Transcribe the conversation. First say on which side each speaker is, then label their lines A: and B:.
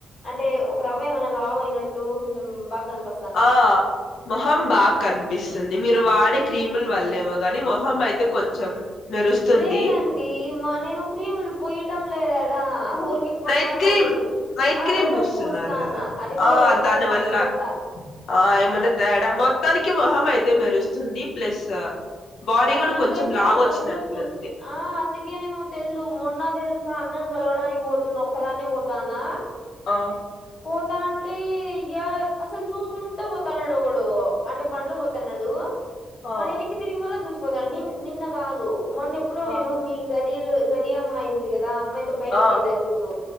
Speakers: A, on the left; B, on the left.
A: అంటే ఒక రవ్వ ఏమన్న లావు అయినట్టు కొంచెం బాగా కనిపిస్తు
B: ఆ మొహం బాగ కనిపిస్తుంది మీరు వాడే క్రీములు వల్లేమో గాని మొహం అయితే కొంచెం మెరుస్తుంది
A: లేదండి మా నేను క్రీములు పుయ్యటం లేద్యాడా ఊరికే కొన్నా
B: నైట్
A: గాని
B: క్రీమ్ నైట్
A: ఆ
B: క్రీమ్
A: అదొక్కటి
B: పూస్తున్నారు
A: పూస్తా
B: కదా
A: ఉన్న అది కూడా
B: ఆ
A: ఒక్కొక్కసారి
B: దాని
A: మర్చిపోతా
B: వల్ల ఆ ఏమన్నా తేడా మొత్తానికి మొహం అయితే మెరుస్తుంది ప్లస్ బాడీ
A: ఆ
B: కూడా
A: నాకైతే
B: కొంచెం లావు
A: అద్దంలో
B: వచ్చినట్లుంది
A: చూ ఆ అందుకేనేమో తెల్దు మొన్న తెలు సా అన్నను గలవడానికి పోతున్నా ఒక్కదాన్నే పోతాన్నా
B: ఆ
A: పోతాంటే యా అసలు చూసుకుంటా పోతాన్నడు ఒకడు అంటే బండ్లో పోతన్నాడు
B: ఆ
A: వాడు ఎనిక్కి తిరిగి మళ్ళ చూసిపోతాండు నిన్ నిన్న కాదు మొన్న ఎప్పుడో
B: ఆ
A: నేను మీ గదిలో గది అమ్మాయి ఉంది కదా ఆ అమ్మాయితో బయటికేళ్ళా
B: ఆ
A: చూడు